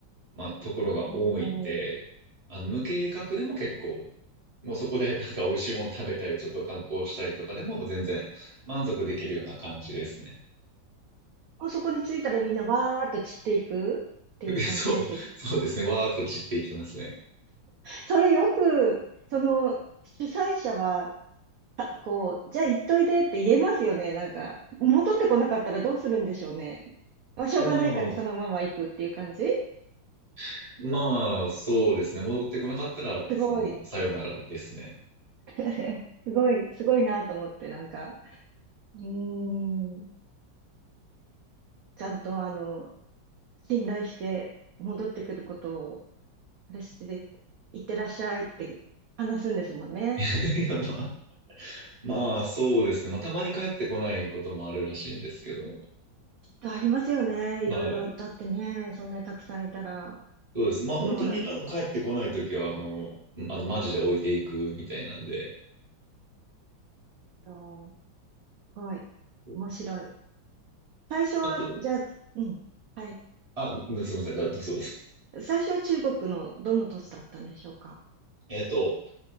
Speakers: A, on the right; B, on the right.
A: まあ、ところが多いんで、
B: おー
A: あの、無計画でも結構、もうそこで <laughs> なんか美味しいもの食べたり、ちょっと観光したりとかでも全然満足できるような感じですね。
B: もうそこに着いたらみんなわーっと散っていくっていう感じですよ。
A: <laughs> そう、そうですね。わーっと散っていきますね。
B: それよく、その、主催者は、あこう、じゃあ行っといでって言えますよね。なんか、戻ってこなかったらどうするんでしょうね。まあ、しょうがないからそのまま行くっていう感じ
A: もう、<laughs> まあ、そうですね。戻ってこなかったら、
B: すごい。
A: その、さよならですね。
B: <laughs> すごい、すごいなと思って、なんか、うーん、ちゃんとあの、信頼して戻ってくることを、あれしてて、いってらっしゃいって話すんですもんね。
A: <laughs> いや、まあ、まあ、そうですね。まあ、たまに帰ってこないこともあるらしいんですけど、
B: ありますよね。いろいろ。
A: はい。
B: だってね、そんなにたくさんいたら、
A: そうです。まあ本当にあの帰ってこないときは、
B: すごい、
A: あの、うんあのマジで置いていくみたいなんで、
B: とすごい、
A: うん
B: 面白い。最初は、
A: ちゃんと、
B: じゃあ、うん、はい。
A: あ、うんすみません、だ、どうぞどうぞ。
B: 最初は中国のどの土地だったんでしょうか。
A: えっと、